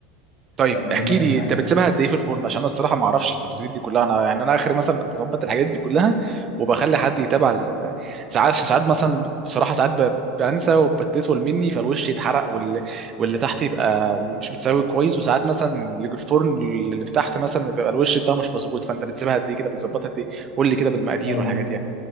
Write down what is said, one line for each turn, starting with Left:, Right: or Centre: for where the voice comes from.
Right: طيب
Left: طب اقول
Right: احكي
Left: لك
Right: لي
Left: حاجه
Right: انت بتسيبها قد ايه في الفرن عشان انا الصراحه ما اعرفش التفاصيل دي كلها انا يعني انا اخر مثلا اظبط الحاجات دي كلها وبخلي حد يتابع ال- ال- ساعات ساعات مثلا بصراحه ساعات ب- بنسى وبتطول مني فالوش يتحرق وال... واللي تحت يبقى مش متساوي كويس وساعات مثلا اللي في الفرن اللي في تحت مثلا بيبقى الوش بتاعه مش مظبوط فانت بتسيبها قد ايه كده بتظبطها قد ايه قول لي كده بالمقادير
Left: هقول
Right: والحاجات
Left: لك